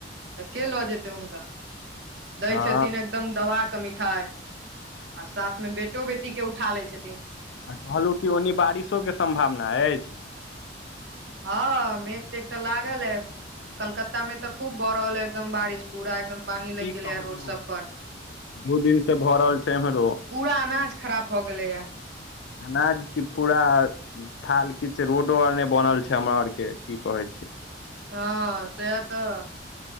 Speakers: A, on the right (about 65°); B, on the left (about 70°).
A: तऽ के लऽ जेतै हुनका दै
B: हँ
A: छथिन एकदम दवा के मिठाइ आ साथमे बेटो बेटी के उठा लै छथिन
B: आ कहलहुँ कि ओन्नी बारिशो के सम्भावना अछि
A: हँ मेघ तेघ तऽ लागल य कलकत्ता मे तऽ खूब भऽ रहल है एकदम बारिश पूरा एकदम पानी लागि
B: की
A: गेलैए
B: कहू
A: रोड सब पर
B: दु दिन से भ रहल छै एमहरो
A: पूरा अनाज खराब भए गेलेया
B: अनाज की पूरा थाल किछ रोडो आर नहि बनल छै हमरा आर के की कहै छी
A: हँ सेह तऽ